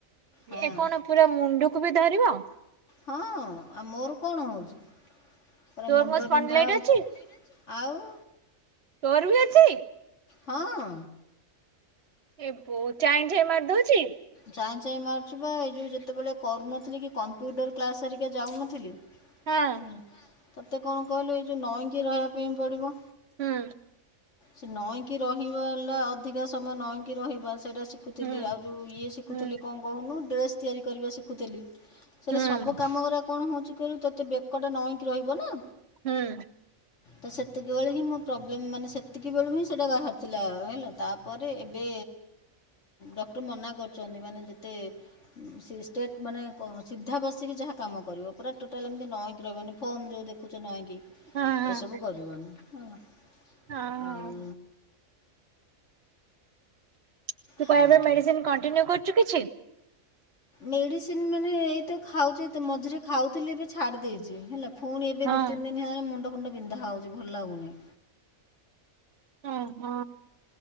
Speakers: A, on the left; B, on the right.
A: ହଁ
B: ଏ କଣ ପୁରା ମୁଣ୍ଡକୁ ବି ଧରିବ?
A: ହଁ, ଆଉ ମୋର କଣ ହଉଛି? ପୁରା
B: ତୋର
A: ମୁଣ୍ଡ
B: କଣ ସ୍ପଣ୍ଡିଲାଇଟ
A: ବିନ୍ଧା ହଉଛି
B: ଅଛି?
A: ଆଉ।
B: ତୋର ବି ଅଛି?
A: ହଁ।
B: ଏବୋ ଚାଇଁଛାଇଁ ମାରିଦଉଛି?
A: ଚାଇଁ ଚାଇଁ ମାରୁଚି ପା, ଏଇ ଯୋଉ ଯେତେବେଳେ କରୁନଥିଲି କି କମ୍ପ୍ୟୁଟର କ୍ଲାସ ହେରିକା ଯାଉନଥିଲି।
B: ହଁ
A: ହେଲା ତତେ କଣ କହିଲୁ ଏଇ ଯୋଉ ନଇକି ରହିବା ପାଇଁ ପଡିବ।
B: ହୁଁ
A: ସେ ନଈକି ରହିବା ହେଲା ଅଧିକା ସମୟ ନଈଁକି ରହିବା ସେଇଟା ସେ ଶିଖୁଥିଲି
B: ହୁଁ
A: ଆଉ ଯେଉଁ ଇଏ ଶିଖୁଥିଲି
B: ହୁଁ
A: କଣ କହୁନୁ ଡ୍ରେସ୍ ତିଆରି କରିବା ଶିଖୁଥିଲି। ସରେ
B: ହୁଁ
A: ସବୁ କାମ କର କଣ ହଉଛି କହିଲୁ ତୋତେ ବେକ ଟା ନଇକି ରହିବ ନା।
B: ହୁଁ।
A: ତ ସେତିକି ବେଳେ ହିଁ ମୋ ପ୍ରୋବ୍ଲେମ ମାନେ ସେତିକି ବେଳୁ ହିଁ ସେଟା ବାହାରିଥିଲା। ହେଲା ତା ପରେ ଏବେ ଡକ୍ଟର ମନା କରୁଛନ୍ତି ମାନେ ଯେତେ ସିଷ୍ଟେଟ୍ ମାନେ ସିଧା ବସିକି ଯାହା କାମ କରିବ ପୁରା ଟୋଟାଲ ଏମିତି ନଇଁକି ପିଲା ମନେ ଫୋନ୍ ଯେଉଁ ଦେଖୁଛ ନହିଁକି
B: ହଁ ହଁ
A: ଏସବୁ କରିବନି ହେଲା।
B: ହଁ
A: ଆଉ।
B: ତୁ
A: ହଁ
B: କ ୟା ପାଇଁ ମେଡିସିନ କଣ୍ଟିନିଉ କରୁଚୁ କିଛି?
A: ମେଡିସିନ ମାନେ ଏଇତ ଖାଉଛି ମଝିରେ ଖାଉଥିଲେ ଏବେ ଛାଡି ଦେଇଛି ହେଲା। ପୁଣି ଏବେ
B: ହଁ
A: ଦି ତିନି ଦିନ ହେଲାଣି ମୁଣ୍ଡ ଫୁଣ୍ଡ ବିନ୍ଧା ହଉଛି ଭଲ ଲାଗୁନି।
B: ହ ହଁ